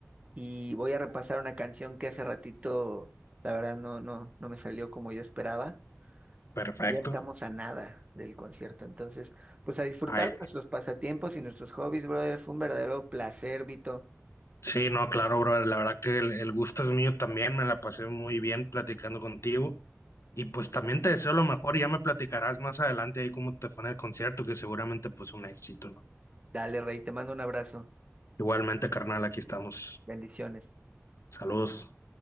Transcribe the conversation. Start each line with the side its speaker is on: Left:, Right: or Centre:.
Right: y voy a repasar una canción que hace ratito, la verdad, no, no, no me salió como yo esperaba.
Left: perfecto.
Right: Ya estamos a nada del concierto, entonces, pues a disfrutar
Left: Ahí.
Right: de nuestros pasatiempos y nuestros hobbies, brother. Fue un verdadero placer, Vito.
Left: Sí, no, claro, brother. La verdad que el, el gusto es mío también. Me la pasé muy bien platicando contigo. Y pues también te deseo lo mejor. y Ya me platicarás más adelante ahí cómo te fue en el concierto, que seguramente pues un éxito, ¿no?
Right: Dale, Rey, te mando un abrazo.
Left: Igualmente, carnal, aquí estamos.
Right: Bendiciones.
Left: Saludos.